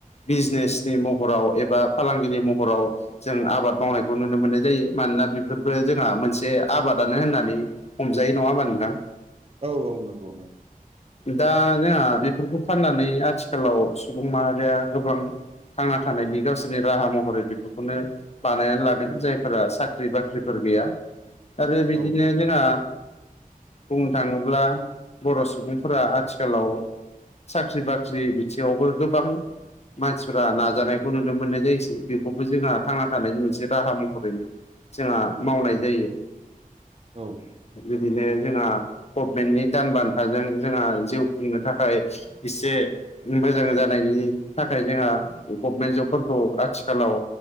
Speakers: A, on the left; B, on the right.
A: बिजनेसनि महराव एबा फालांगिनि महराव जों आबाद मावनायखौ नुनो मोननाय जायो। मानोना बेफोरफोरखौ जोंहा मोनसे आबादानो होननानै हमजायो नङा होमबा नोंथां?
B: औ औ नंगौ नंगौ।
A: दा जोंहा बेफोरखौ फाननानै आथिखालाव सुबुं माहारिया गोबां थांना थानायनि गावसोरनि राहा महरै बेफोरखौनो बानायनानै लादों। जायफोरा साख ख्रि बाख्रिफोर गैया आरो बिदिनो
B: औ
A: जोंहा बुंनो थाङोब्ला बर' सुबुंफोरा आथिखालाव साख्रि बाख्रि बिथिङावबो गोबां मानसिफ्रा नाजानायखौ नुनो मोननाय जायोसै बेखौबो जोंहा थांना थानायनि मोनसे राहा महरै जोंहा मावनाय जायो।
B: औ।
A: बिदिनो जोंहा गभमेन्टनि दान बान्थाजों जोंहा जिउ खुंनो थाखाय इसे मोजां जानायनि थाखाय जोंहा गभमेन्ट जबफोरखौ आथिखालाव